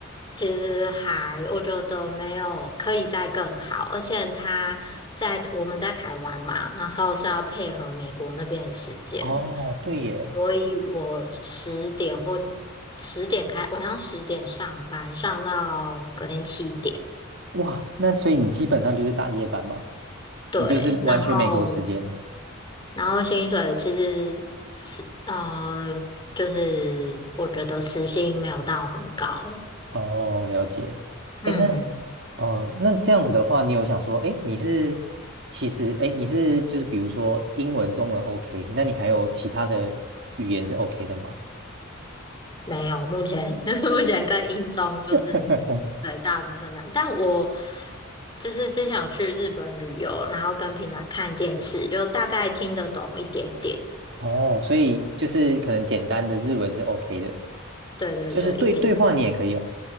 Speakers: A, on the left (about 20°); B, on the right (about 60°).
A: 其实还我觉得没有可以再更好，而且他在我们在台湾嘛，然后是要配合美国那边的时间，
B: 哦，对耶，
A: 所以我十点或十点开，晚上十点上班，上到隔天七点。
B: 哇，那所以你基本上就是大夜班嘛，
A: 对，
B: 你就是完全美国时间。
A: 然后然后薪水其实是呃，就是我觉得时薪没有到很高，
B: 哦，了解。哎，
A: 嗯，
B: 那哦，那这样子的话，你有想说，哎，你是其实哎，你是就是比如说英文、中文 OK，那你还有其他的语言是 OK 的吗？
A: 没有，目前 <laughs> 目前跟英中就是对大部分这样，
B: <laughs>
A: 但我就是之前有去日本旅游，然后跟平常看电视，就大概听得懂一点点，
B: 哦，所以就是可能简单的日文是 OK 的，
A: 对对对，
B: 就是对对话你也可以哦。
A: 一点点。